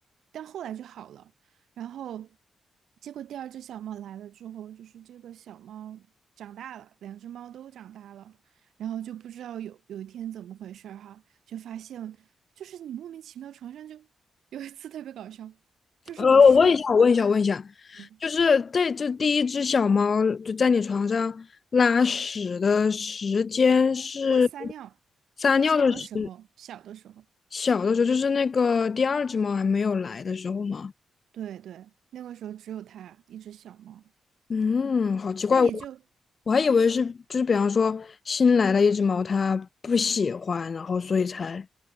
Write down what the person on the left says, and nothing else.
呃，我问一下，我问一下，我问一下，
就是这只第一只小猫就在你床上拉屎的时间是
撒尿的时，
小的时候，就是那个第二只猫还没有来的时候吗？
嗯，好奇怪，
我我还以为是就是比方说新来了一只猫，它不喜欢，然后所以才